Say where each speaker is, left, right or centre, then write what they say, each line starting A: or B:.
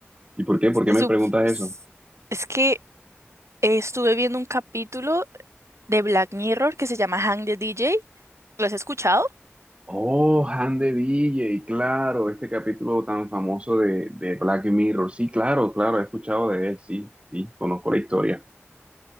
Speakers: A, on the right; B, on the right.
A: ¿Y por qué?
B: Se
A: ¿Por qué me
B: sup-
A: preguntas
B: s-
A: eso?
B: Es que estuve viendo un capítulo de Black Mirror que se llama Hang the DJ. ¿Lo has escuchado?
A: Oh, Han de DJ, claro, este capítulo tan famoso de, de Black Mirror. Sí, claro, claro, he escuchado de él, sí, sí, conozco la historia.